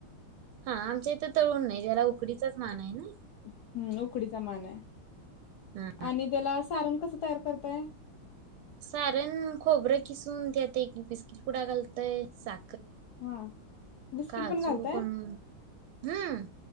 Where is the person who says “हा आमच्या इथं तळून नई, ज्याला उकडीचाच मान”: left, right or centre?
Right